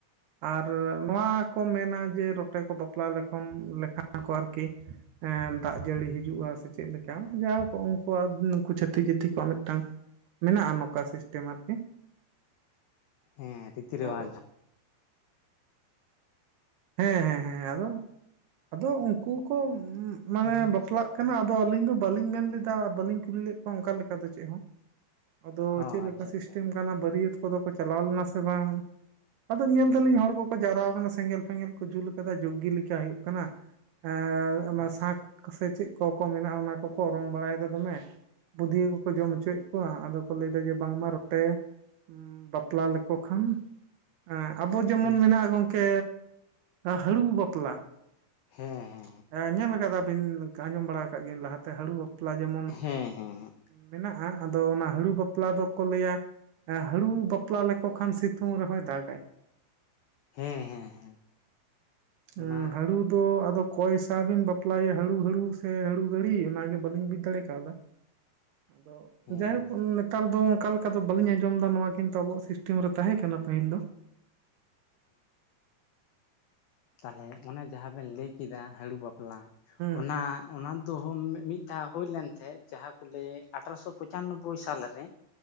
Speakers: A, on the right; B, on the left.
A: ᱟᱨ ᱱᱚᱣᱟ ᱠᱚ ᱢᱮᱱᱟ ᱡᱮ ᱨᱚᱴᱮ ᱠᱚ ᱵᱟᱯᱞᱟ ᱞᱮᱠᱷᱚᱱ ᱞᱮᱠᱷᱟ ᱠᱚ ᱟᱨᱠᱤ ᱮᱸ ᱫᱟᱜ ᱡᱟᱹᱲᱤ ᱦᱤᱡᱩᱜᱼᱟ ᱥᱮ ᱪᱮᱫ ᱞᱮᱠᱟ ᱡᱟᱭ ᱦᱳᱠ ᱩᱱᱠᱩᱣᱟᱜ ᱩᱱᱠᱩ ᱪᱷᱟᱹᱛᱤᱠ ᱡᱟᱹᱛᱤ ᱠᱚᱣᱟᱜ ᱢᱤᱫᱴᱟᱝ ᱢᱮᱱᱟᱜᱼᱟ ᱱᱚᱝᱠᱟ ᱥᱤᱥᱴᱮᱢ ᱟᱨᱠᱤ
B: ᱦᱮᱸ ᱨᱤᱛᱤ
A: ᱟᱫᱚ
B: ᱨᱮᱣᱟᱡᱽ
A: ᱦᱮᱸ ᱦᱮᱸ ᱦᱮᱸ ᱟᱫᱚ ᱟᱫᱚ ᱩᱱᱠᱩ ᱠᱚ ᱩᱢ ᱢᱟᱱᱮ
B: ᱦᱚᱸ
A: ᱵᱟᱯᱞᱟᱜ ᱠᱟᱱᱟ ᱟᱫᱚ ᱟᱹᱞᱤᱧ ᱫᱚ ᱵᱟᱹᱞᱤᱧ ᱢᱮᱱ ᱞᱮᱫᱟ ᱵᱟᱹᱞᱤᱧ ᱠᱩᱞᱤ ᱞᱮᱫ ᱠᱚᱣᱟ ᱚᱱᱠᱟ ᱞᱮᱠᱟ ᱫᱚ ᱪᱮᱜ ᱦᱚᱸ ᱟᱫᱚ
B: ᱟᱪᱪᱷᱟ
A: ᱪᱮᱜᱞᱮᱠᱟ
B: ᱟᱪᱪᱷᱟ
A: ᱥᱤᱥᱴᱮᱢ
B: ᱟᱪᱪᱷᱟ
A: ᱠᱟᱱᱟ ᱵᱟᱹᱨᱭᱟᱹᱛ ᱠᱚ ᱫᱚ ᱠᱚ ᱪᱟᱞᱟᱣ ᱞᱮᱱᱟ ᱥᱮ ᱵᱟᱝ ᱟᱫᱚ ᱧᱮᱞ ᱫᱟᱞᱤᱧ ᱦᱚᱲ ᱠᱚᱠᱚ ᱡᱟᱣᱨᱟ ᱣᱟᱠᱟᱱᱟ ᱥᱮᱸᱜᱮᱞ ᱥᱮᱸᱜᱮᱞ ᱠᱩ ᱡᱤᱞ ᱠᱟᱫᱟ ᱡᱳᱜᱜᱤ ᱞᱮᱠᱟ ᱦᱩᱭᱩᱜ ᱠᱟᱱᱟ ᱮ ᱚᱱᱟ
B: ᱟᱪᱪᱷᱟ
A: ᱥᱟᱸᱜ ᱠᱚᱨᱮ ᱪᱮᱜ ᱠᱚ ᱠᱚ ᱢᱮᱱᱟᱜᱼᱟ ᱚᱱᱟ ᱠᱚᱠᱚ ᱚᱨᱚᱝ ᱵᱟᱲᱟᱭ ᱫᱟ ᱫᱚᱢᱮ ᱵᱩᱫᱷᱤᱭᱟᱹ ᱠᱚᱠᱚ ᱡᱚᱢ ᱚᱪᱚᱭᱮᱜ ᱠᱚᱣᱟ ᱟᱫᱚ ᱠᱚ ᱞᱟᱹᱭᱫᱟ ᱡᱮ ᱵᱟᱝᱢᱟ ᱨᱚᱴᱮ ᱩᱸ ᱵᱟᱯᱞᱟ ᱞᱮᱠᱚ ᱠᱷᱟᱱ ᱮᱸ ᱟᱵᱚ ᱡᱮᱢᱚᱱ
B: ᱦᱮᱸ
A: ᱢᱮᱱᱟᱜᱼᱟ ᱜᱚᱝᱠᱮ ᱦᱟᱹᱲᱩ ᱵᱟᱯᱞᱟ
B: ᱦᱮᱸ ᱦᱮᱸ
A: ᱮᱸ ᱧᱮᱞ ᱠᱟᱫᱟ ᱵᱤᱱ ᱟᱸᱡᱚᱢ ᱵᱟᱲᱟ ᱠᱟᱜ ᱜᱤᱭᱟᱹᱧ ᱞᱟᱦᱟᱛᱮ ᱦᱟᱺᱬᱩ ᱵᱟᱵ ᱯᱞᱟ ᱡᱮᱢᱚᱱ
B: ᱦᱮᱸ ᱦᱮᱸ ᱦᱮᱸ
A: ᱢᱮᱱᱟᱜᱼᱟ ᱟᱫᱚ ᱚᱱᱟ ᱦᱟᱺᱬᱩ ᱵᱟᱯᱞᱟ ᱫᱚᱠᱚ ᱞᱟᱹᱭᱟ ᱮᱸ ᱦᱟᱺᱬᱩ ᱵᱟᱯᱞᱟ ᱞᱮᱠᱚ ᱠᱷᱟᱱ ᱥᱤᱛᱩᱝ ᱨᱮᱦᱚᱸᱭ ᱫᱟᱜᱟᱭ
B: ᱦᱮᱸ ᱦᱮᱸ ᱦᱮᱸ ᱚᱱᱟ
A: ᱚᱸ ᱦᱟᱺᱲᱩ ᱫᱚ ᱟᱫᱚ ᱠᱚᱭᱥᱟ ᱵᱤᱱ ᱵᱟᱯᱞᱟᱭ ᱭᱟ ᱦᱟᱺᱬᱩ ᱦᱟᱺᱬᱩ ᱥᱮ ᱦᱟᱺᱬᱩ ᱜᱟᱺᱲᱤ ᱚᱱᱟᱜᱮ ᱵᱟᱹᱞᱤᱧ ᱵᱩᱡᱽ ᱫᱟᱲᱮ ᱠᱟᱣᱫᱟ᱾ ᱟᱫᱚ
B: ᱦᱮᱸ
A: ᱡᱟᱭᱦᱳᱠ ᱱᱮᱛᱟᱨ ᱫᱚ ᱚᱱᱠᱟ ᱞᱮᱠᱟ ᱫᱚ ᱵᱟᱹᱞᱤᱧ ᱟᱸᱡᱚᱢ ᱫᱟ ᱱᱚᱣᱟ ᱠᱤᱱᱛᱩ ᱟᱵᱚᱣᱟᱜ ᱥᱤᱥᱴᱮᱢ ᱨᱮ ᱛᱟᱦᱮᱸ ᱠᱟᱱᱟ ᱠᱟᱱᱟ ᱯᱟᱹᱦᱤᱞ ᱫᱚ
B: ᱛᱟᱞᱦᱮ ᱚᱱᱟ ᱡᱟᱦᱟᱸ ᱵᱮᱱ ᱞᱟᱹᱭ ᱠᱮᱫᱟ ᱦᱟᱺᱬᱩ ᱵᱟᱯᱞᱟ
A: ᱦᱩᱸ
B: ᱚᱱᱟ
A: ᱦᱩᱸ
B: ᱚᱱᱟ ᱫᱚ ᱢᱤ-ᱢᱤᱫ ᱡᱟᱦᱟᱸ ᱦᱩᱭ ᱞᱮᱱ ᱛᱮᱦᱮᱸᱫ ᱡᱟᱦᱟᱸᱠᱚ ᱞᱟᱹᱭᱟ ᱤᱨᱟᱹᱞ ᱥᱟᱭ ᱟᱨᱮ-ᱜᱮ ᱢᱚᱬᱮ ᱥᱮᱨᱢᱟ ᱨᱮ